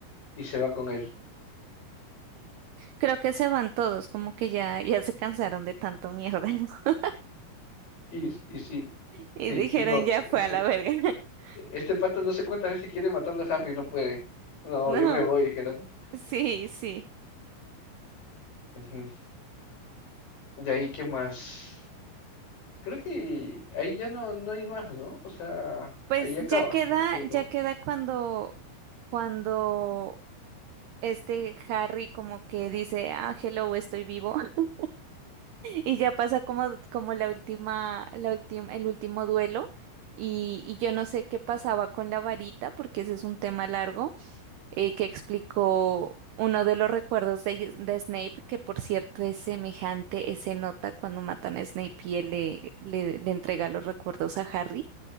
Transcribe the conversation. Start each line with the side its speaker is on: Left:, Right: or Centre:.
Left: y se va con él.
Right: Creo que se van todos, como que ya, ya se cansaron de tanto mierda <laughs>
Left: Y, y sí,
Right: y
Left: sí,
Right: dijeron
Left: dijo,
Right: ya
Left: este,
Right: fue a la verga. <laughs>
Left: este pato no sé cuántas veces quiere matarlo a Harry, no puede. No,
Right: No,
Left: yo me voy, dijeron.
Right: sí, sí.
Left: Ujú. De ahí, ¿qué más? Creo que ahí ya no, no hay más, ¿no? O sea,
Right: Pues
Left: ahí acaba,
Right: ya queda,
Left: ¿o me equivoco.
Right: ya queda cuando, cuando este Harry como que dice, ah, hello, estoy vivo. <laughs> Y ya pasa como, como la última, la última, el último duelo. Y, y yo no sé qué pasaba con la varita, porque ese es un tema largo. eh, que explicó uno de los recuerdos de, de Snape, que por cierto es semejante, eh, se nota cuando matan a Snape y él le, le, le entrega los recuerdos a Harry.